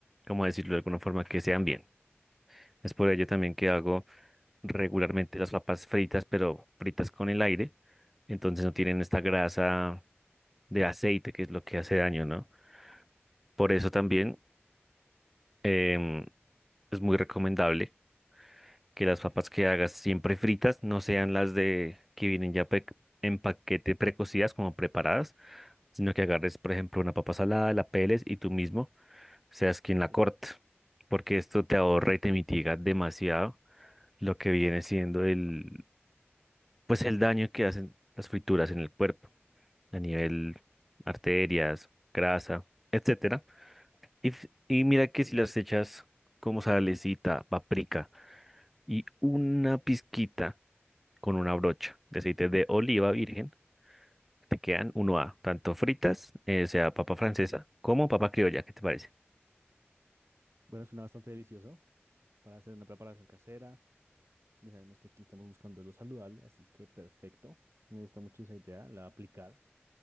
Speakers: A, in the centre; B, on the right.
A: como decirlo de alguna forma, que sean bien. Es por ello también que hago regularmente las papas fritas, pero fritas con el aire, entonces no tienen esta grasa de aceite que es lo que hace daño, ¿no? Por eso también em, es muy recomendable que las papas que hagas siempre fritas no sean las de que vienen ya pe- en paquete precocidas como preparadas, sino que agarres, por ejemplo, una papa salada, la peles y tú mismo seas quien la
B: Sí.
A: corte, porque esto te ahorra y te mitiga demasiado lo que viene siendo el, pues el daño que hacen las frituras en el cuerpo a nivel arterias, grasa, etcétera. Y, f- y mira que si las echas como salecita, paprika y una pizquita con una brocha de aceite de oliva virgen. Te quedan uno a tanto fritas, eh, sea papa francesa, como papa criolla. ¿Qué te parece?
B: Bueno, suena bastante delicioso para hacer una preparación casera. Ya sabemos que aquí estamos buscando lo saludable, así que perfecto. Me gusta mucho esa idea, la voy a aplicar.